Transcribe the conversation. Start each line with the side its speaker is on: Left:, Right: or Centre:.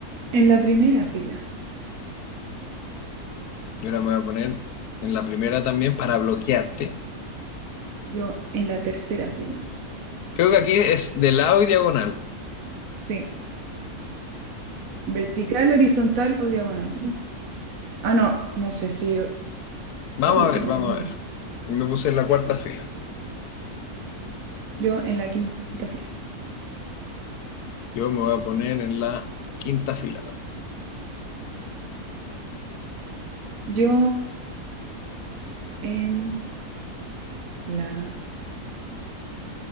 Right: en la primera fila.
Left: Yo ahora me voy a poner en la primera también para bloquearte.
Right: Yo en la tercera fila.
Left: Creo que aquí es de lado y diagonal.
Right: Sí. ¿Vertical, horizontal o diagonal? Ah, no, no sé si
Left: Vamos
Right: horizontal.
Left: a ver, vamos a ver. Me puse en la cuarta fila.
Right: Yo en la quinta fila.
Left: Yo me voy a poner en la quinta fila también.
Right: Yo en la